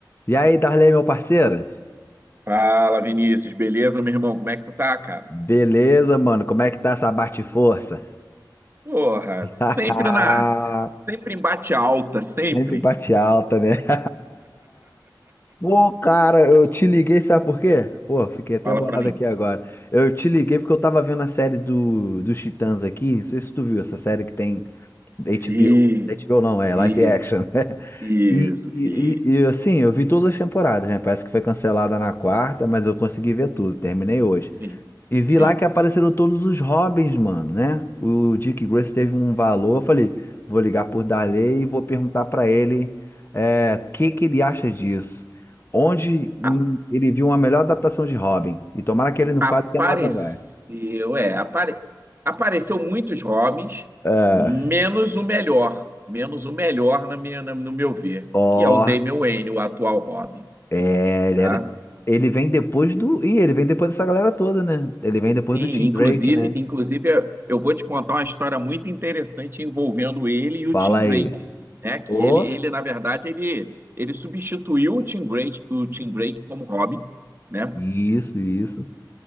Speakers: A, on the left; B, on the right.
A: E aí, Darley, meu parceiro?
B: Fala, Vinícius, beleza, meu irmão? Como é que tu tá, cara?
A: Beleza, mano? Como é que tá essa bate-força?
B: Porra,
A: <laughs>
B: sempre na, sempre em bate alta, sempre.
A: Sempre bate alta, né? <laughs> Pô, cara, eu te liguei, sabe por quê? Pô, fiquei até
B: Fala
A: bolado
B: pra mim.
A: aqui agora. Eu te liguei porque eu tava vendo a série do, dos Titãs aqui. Não sei se tu viu essa série que tem da HBO.
B: Vi,
A: HBO não, é
B: vi,
A: live action, <laughs> né?
B: isso,
A: E, e,
B: vi.
A: e, e, assim, eu vi todas as temporadas, né? Parece que foi cancelada na quarta, mas eu consegui ver tudo. Terminei hoje.
B: Sim,
A: E vi
B: sim.
A: lá que apareceram todos os Robins, mano, né? O Dick Grace teve um valor. Eu falei, vou ligar por Darley e vou perguntar pra ele é, o que que ele acha disso. Onde hum,
B: A-
A: ele viu uma melhor adaptação de Robin. E tomara que ele não
B: apareceu,
A: fale que é no Adam West.
B: é, apare, apareceu muitos Robins,
A: É,
B: menos o melhor, menos o melhor na minha, na- no meu ver,
A: ó,
B: que é o Damian Wayne, o atual Robin,
A: é, ele
B: tá?
A: era- ele vem depois do. Ih, ele vem depois dessa galera toda, né? Ele vem depois
B: Sim,
A: do Tim
B: inclusive,
A: Drake, né?
B: inclusive eu eu vou te contar uma história muito interessante envolvendo ele e o
A: Fala
B: Tim Drake,
A: aí.
B: né? Que
A: Ô,
B: ele, ele na verdade, ele, ele substituiu o Tim Drake, o Tim Drake como Robin, né?
A: isso, isso.